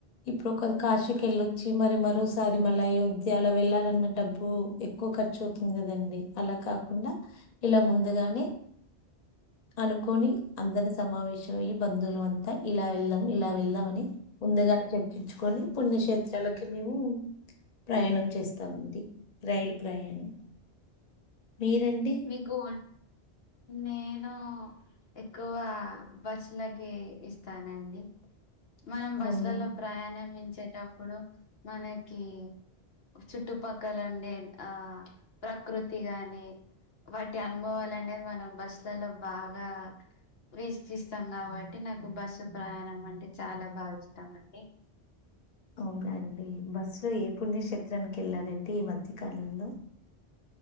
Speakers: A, on the left; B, on the left.
A: ఇప్పుడు ఒక కాశీకి వెళ్ళొచ్చి మరి మరోసారి మళ్ళ అయోధ్య అలా వెళ్లాలన్న డబ్బు ఎక్కువ. ఖర్చు అవుతుంది కదండి. అలా కాకుండా ఇలా ముందుగానే. అనుకొని అందరి సమావేశం అయ్యి బంధువుల అంతా ఇలా వెళ్దాం ఇలా వెళ్దాం అని ముందుగానే చెప్. చుపించుకొని పుణ్యక్షేత్రాలకి మేము. ప్రయాణం చేస్తా ఉంది రైలు ప్రయాణం. మీరండి?
B: మీకు నేను. ఎక్కువ బస్సులకి ఇస్తానండి. మనం బస్సులలో
A: అవునా
B: ప్రయాణించేటప్పుడు మనకి. చుట్టుపక్కలుండే ఆహ్ ప్రకృతి గాని. వాంటి అనుభవాలు అనేది మనం బస్సులల్లో బాగా. వీక్షిస్తాం కాబట్టి నాకు బస్సు ప్రయాణం అంటే చాలా బాగా ఇష్టాం అండి.
A: ఒకే అండి బస్సు లో ఏ పుణ్యక్షేత్రానికి వెళ్లారండి ఈ మధ్య కాలంలో.